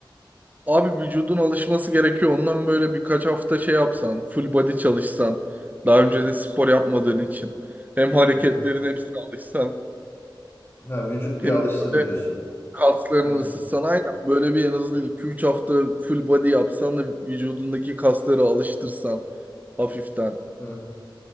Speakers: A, on the right (about 20°); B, on the left (about 30°).
A: Abi vücudun alışması gerekiyor. Ondan böyle birkaç hafta şey yapsan, full body çalışsan, daha önce de spor yapmadığın için hem hareketlerin
B: Aha.
A: hepsine alışsan
B: Ha, vücut
A: hem
B: bir alışsın
A: de
B: diyorsun.
A: kaslarını
B: Aynen.
A: ısıtsan aynen böyle bir en azından iki üç hafta full body yapsan da vücudundaki kasları alıştırsan hafiften.
B: Ha.